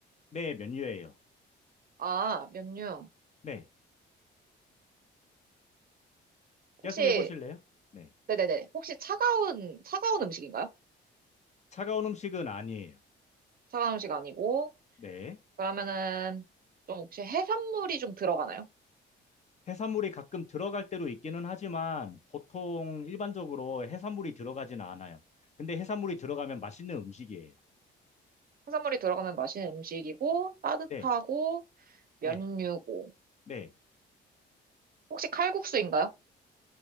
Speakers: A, on the left; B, on the right.
A: 네, 면류예요.
B: 아, 면류.
A: 네, 계속
B: 혹시,
A: 해보실래요? 네,
B: 네네네. 혹시 차가운, 차가운 음식인가요?
A: 차가운 음식은 아니에요.
B: 차가운 음식 아니고,
A: 네,
B: 그러면은, 좀 혹시 해산물이 좀 들어가나요?
A: 해산물이 가끔 들어갈 때도 있기는 하지만 보통 일반적으로 해산물이 들어가진 않아요. 근데 해산물이 들어가면 맛있는 음식이에요.
B: 해산물이 들어가면 맛있는 음식이고, 따뜻하고,
A: 네,
B: 면류고.
A: 네, 네,
B: 혹시 칼국수인가요?